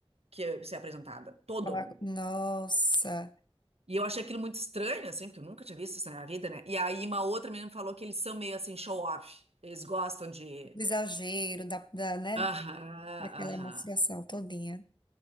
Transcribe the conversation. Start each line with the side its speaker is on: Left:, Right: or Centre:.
Right: que ser apresentada, todo
Left: falar-
Right: mundo.
Left: nossa,
Right: E eu achei aquilo muito estranho, assim, porque eu nunca tinha visto isso na minha vida, né? E aí uma outra menina me falou que eles são meio assim show-off, eles gostam de...
Left: do exagero da, da, né?
Right: Aham,
Left: Daquela
Right: aham,
Left: demonstração todinha.